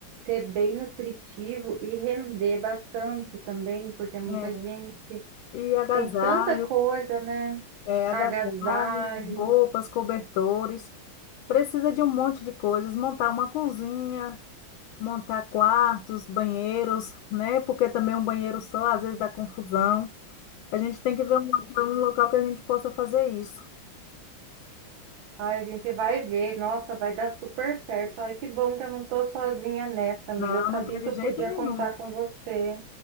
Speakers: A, on the right; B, on the left.
A: ser bem nutritivo e render bastante também, porque é muita
B: É,
A: gente,
B: e agasalho.
A: tem tanta coisa, né?
B: É, agasalhos,
A: Agasalho,
B: roupas, cobertores. Precisa de um monte de coisas. Montar uma cozinha, montar quartos, banheiros, né? Porque também um banheiro só às vezes dá confusão. A gente tem que ver um local, um local que a gente possa fazer isso.
A: Ai, a gente vai ver. Nossa, vai dar super certo. Ai, que bom que eu não tô sozinha nessa, amiga.
B: Não,
A: Eu sabia
B: não tá de
A: que eu
B: jeito
A: podia
B: nenhum.
A: contar com você.